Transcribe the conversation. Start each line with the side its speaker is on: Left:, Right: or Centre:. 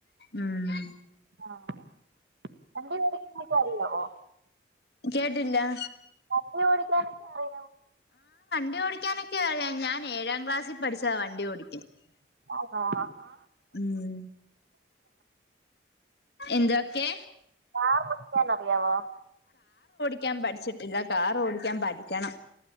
Left: ഉം
Right: ആഹ് <unintelligible> അറിയോ.
Left: കേട്ടില്ലാ.
Right: വണ്ടി ഓടിക്കാനൊക്കെ അറി
Left: വണ്ടിയോടിക്കാനൊക്കെ അറിയ. ഞാൻ ഏഴാം ക്ലാസിൽ പഠിച്ചതാ വണ്ടി ഓടി
Right: ആണോ ആ ഹാ
Left: ഉം എന്തൊക്കെ
Right: കാർ ഓടിക്കാനറിയാവോ?
Left: ക്കാൻ പഠിച്ചിട്ടില്ല. കാർ ഓടിക്കാൻ പഠിക്കണം